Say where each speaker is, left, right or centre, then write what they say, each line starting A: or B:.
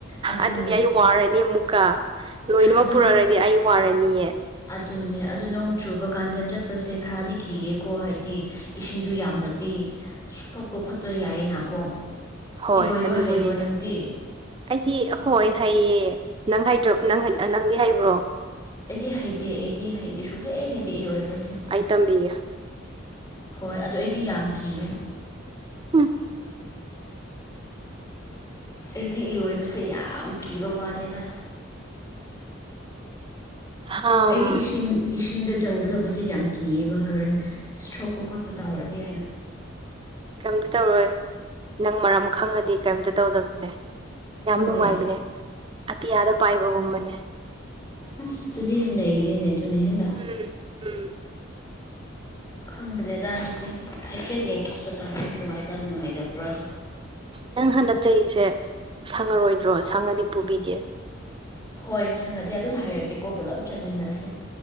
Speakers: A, on the left; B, on the right.
A: ꯑꯗꯨ
B: ꯑꯗꯨꯗꯤ ꯑꯩ ꯋꯥꯔꯅꯤ ꯑꯃꯨꯛꯀ ꯂꯣꯏꯅꯃꯛ
A: ꯑꯗꯨ
B: ꯄꯨꯔꯛꯔꯗꯤ ꯑꯩ ꯋꯥꯔꯅꯤꯑ
A: ꯑꯗꯨꯅꯦ ꯑꯗꯨ ꯅꯣꯡ ꯆꯨꯕ ꯀꯥꯟꯗ ꯆꯠꯄꯁꯦ ꯈꯔꯗꯤ ꯀꯤꯌꯦꯀꯣ ꯍꯥꯏꯗꯤ ꯏꯁꯤꯡꯗꯨ ꯌꯥꯝꯃꯗꯤ ꯁꯣꯛꯄ ꯈꯣꯠꯄ ꯌꯥꯏꯌꯦꯅꯀꯣ
B: ꯍꯣꯏ
A: ꯏꯔꯣꯏꯕ
B: ꯑꯗꯨꯕꯨꯅꯤꯅꯦ
A: ꯍꯩꯕ꯭ꯔꯣ ꯅꯪꯗꯤ
B: ꯑꯩꯗꯤ ꯍꯣꯏ ꯍꯩꯌꯦ ꯅꯪ ꯍꯩꯗ꯭ꯔꯣ ꯅꯪ ꯅꯪꯗꯤ ꯍꯩꯕ꯭ꯔꯣ
A: ꯑꯩꯗꯤ ꯍꯩꯇꯦ ꯑꯩꯗꯤ ꯍꯩꯇꯦ ꯁꯨꯛꯍꯩ ꯍꯩꯇꯦ ꯏꯔꯣꯏꯕꯁꯦ꯫
B: ꯑꯩ ꯇꯝꯕꯤꯒꯦ
A: ꯍꯣꯏ ꯑꯗꯨ ꯑꯩꯗꯤ ꯌꯥꯝ ꯀꯤꯌꯦ꯫
B: ꯎꯝ
A: ꯑꯩꯗꯤ ꯏꯔꯣꯏꯕꯁꯦ ꯌꯥꯝ ꯀꯤꯕ ꯋꯥꯅꯤꯗ
B: ꯍꯝ
A: ꯑꯩꯗꯤ ꯏꯁꯤꯡ ꯏꯁꯤꯡꯗ ꯆꯪꯒꯗꯕꯁꯦ ꯌꯥꯝ ꯀꯤꯌꯦꯕ ꯍꯧꯔꯦꯟ ꯏꯁꯇ꯭ꯔꯣꯛꯄ ꯈꯣꯠꯄ ꯇꯧꯔꯛꯑꯗꯤ ꯍꯥꯏꯅ
B: ꯀꯔꯤꯝꯇ ꯇꯧꯔꯣꯏ ꯅꯪ ꯃꯔꯝ ꯈꯪꯉꯗꯤ ꯀꯔꯤꯝꯇ ꯇꯧꯗꯕꯅꯦ꯫ ꯌꯥꯝ
A: ꯍꯣꯏ
B: ꯅꯨꯡꯉꯥꯏꯕꯅꯦ ꯑꯇꯤꯌꯥꯗ ꯄꯥꯏꯕꯒꯨꯝꯕꯅꯦ꯫
A: ꯑꯁꯇꯨꯗꯤ ꯍꯟꯅꯩꯈꯔꯦꯅꯦ ꯑꯗꯨꯅ ꯍꯦꯟꯅ
B: ꯎꯝ ꯎꯝ
A: ꯈꯪꯗ꯭ꯔꯦꯗ ꯑꯗꯨꯗꯤ ꯍꯥꯏꯐꯦꯠ ꯌꯦꯡꯊꯣꯛꯄ ꯇꯥꯔꯦ ꯅꯨꯡꯉꯥꯏꯕ꯭ꯔꯥ ꯅꯨꯡꯉꯥꯏꯇꯕ꯭ꯔꯥ ꯑꯗꯨ
B: ꯅꯪ ꯍꯟꯗꯛ ꯆꯍꯤꯁꯦ ꯁꯪꯉꯔꯣꯏꯗ꯭ꯔꯣ ꯁꯪꯉꯗꯤ ꯄꯨꯕꯤꯒꯦ꯫
A: ꯍꯣꯏ ꯁꯪꯉꯗꯤ ꯑꯗꯨꯝ ꯍꯥꯏꯔꯛꯀꯦꯀꯣ ꯄꯨꯂꯞ ꯆꯠꯃꯤꯟꯅꯁꯦ꯫